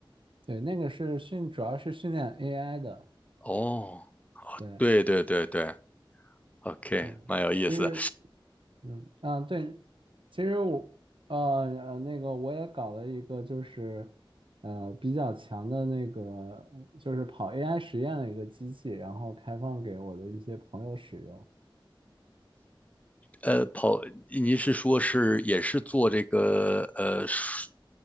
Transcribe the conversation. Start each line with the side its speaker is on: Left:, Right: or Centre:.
Right: 对，那个是训，主要是训练 AI 的。
Left: 哦，
Right: 对
Left: 对对对对，OK，
Right: 对，
Left: 蛮有意思。
Right: 其实，嗯嗯，对，其实我呃呃那个我也搞了一个，就是呃比较强的那个，就是跑 AI 实验的一个机器，然后开放给我的一些朋友使用
Left: 呃，跑，您是说是也是做这个呃数